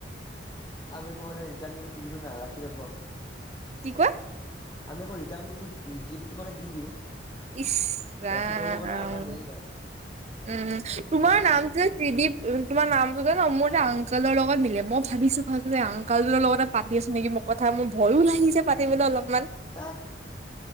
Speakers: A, on the left; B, on the right.
A: আমি কৱ মানে ৰিটাৰ্ণ ক দি দিও নাই ৰাখি নথওঁ
B: কি কোৱা।
A: আমি আকৌ ৰিট্যাৰ্ণ গিফ্টটো মানে দি দিওঁ।
B: ইশ ৰাম।
A: ৰাখি থব মানে আমাৰ হেৰি নাই
B: উমঁ তোমাৰ
A: সময়
B: নামটো?
A: নাই
B: ট্ৰিদিপ তোমাৰ নামটো জানো মোৰ এটা আং কোলৰ লগত মিলে মই ভাবিছো ভাল যে আংকলৰ লগতে পাতি আছো নেকি মোক। কথা মোৰ ভয়ো লাগিছে পাতিবলৈ অলপমান।
A: তেইত।